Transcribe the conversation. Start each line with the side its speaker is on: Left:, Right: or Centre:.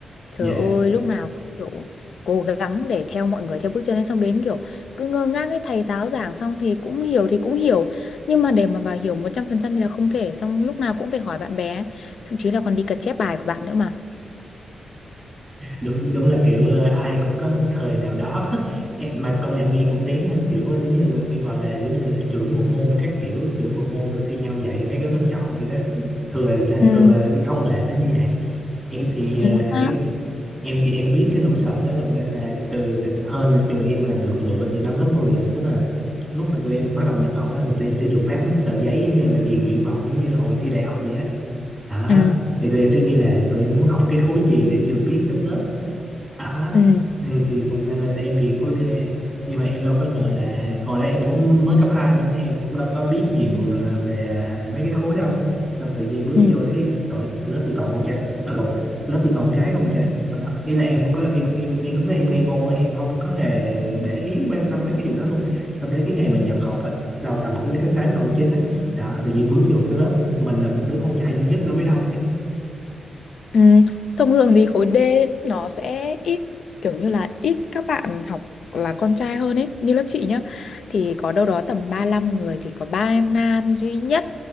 Left: Trời
Centre: Dạ
Left: ơi lúc nào cũng kiểu cố gắng để theo mọi người theo bước chân ấy xong đến kiểu cứ ngơ ngác ấy thầy giáo giảng xong thì cũng hiểu thì cũng hiểu nhưng mà để mà bà hiểu 100% thì là không thể xong lúc nào cũng phải hỏi bạn bè ấy. Thậm chí là còn đi cật chép bài của bạn nữa mà.
Centre: đúng đúng là kiểu ờ, ai cũng có một thời nào đó <laughs> em mà công nhận nghe cũng rén ha. kiểu ờ, giống như em gọi là giống như là trưởng bộ môn các kiểu trưởng bộ môn rồi thi nhau dạy mấy cái lớp chọn gì đó thường là
Left: Ừ,
Centre: thường là cái thông lệ nó như vậy em thì
Left: chính
Centre: ờ,
Left: xác.
Centre: em em thì em biết cái nỗi sợ đó rồi nên là từ hơn là trường em là được lựa từ năm lớp 10 à. tức là lúc mà tụi em bắt đầu nhập học đó, thì tụi em sẽ được phát mấy cái tờ giấy giống như là điền nguyện vọng giống như hồi thi đại học vậy á đó.
Left: Ừ,
Centre: thì tụi em sẽ ghi là tụi em muốn học cái khối gì để trường biết xếp lớp À,
Left: ừ,
Centre: thì thì là- nên là em điền khối D nhưng mà em đâu có ngờ là hồi đó em cũng mới cấp 2 lên ấy, em cũng đâu có biết nhiều à, về à, mấy cái khối đâu xong tự nhiên bước
Left: ừ.
Centre: vô thấy trời lớp gì toàn con trai à, lộn lớp gì toàn gái không trời mà đó ý là em không có em em em lúc đó em ngây ngô á, em không có hề để ý quan tâm mấy cái vụ đó luôn xong đến cái ngày mà nhập học á, đầu tầm cuối tháng 8 đầu tháng 9 á đó tự nhiên bước vô cái lớp mình là một đứa con trai duy nhất nữa mới đâu chứ
Left: Ừ, thông thường thì khối D nó sẽ ít kiểu như là ít các bạn học là con trai hơn ấy như lớp chị nhá thì có đâu đó tầm 35 người thì có ba nam duy nhất